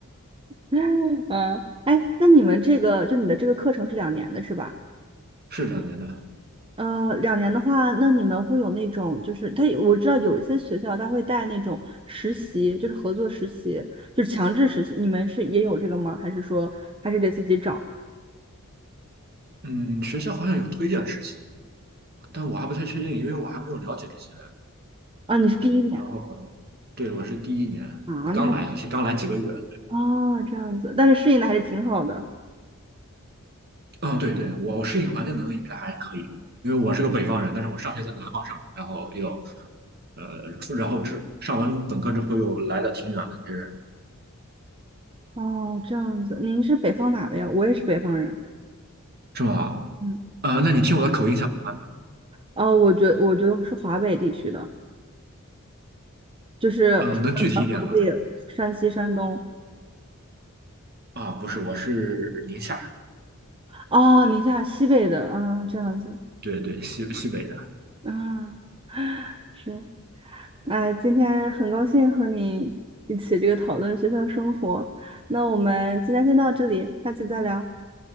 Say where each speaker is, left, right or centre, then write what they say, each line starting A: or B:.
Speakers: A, on the right; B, on the right.
A: <laughs> 嗯，哎，那你们这个就你的这个课程是两年的是吧？
B: 是这样的。
A: 呃，两年的话，那你们会有那种就是他我知道有一些学校他会带那种实习，就是合作实习，就是强制实习。你们是也有这个吗？还是说还是得自己找
B: 嗯，学校好像有推荐实习，但我还不太确定，因为我还没有了解这些
A: 啊？你是第一年
B: 东西。然后，对，我是第一年，
A: 啊？
B: 我刚来，
A: 那还
B: 而且刚来几个月。对，
A: 哦这样子，但是适应的还是挺好的
B: 嗯，对对，我适应环境能力应该还可以，因为我是个北方人，但是我上学在南方上，然后又呃，然后之上完本科之后又来的挺远的，就是
A: 哦。这样子，您是北方哪的呀？我也是北方人，
B: 是吧？
A: 嗯，
B: 呃，那你听我的口音像北方的，
A: 哦，我觉我觉得是华北地区的。就是河南、
B: 呃，能具体一点吗？
A: 河北、山西、山东
B: 啊，不是，我是宁夏，
A: 哦，宁夏西北的，啊，这样子，
B: 对对，西西北的。
A: 啊，<laughs> 是，哎，今天很高兴和你一起这个讨论学校生活，那我们今天先到这里，下次再聊，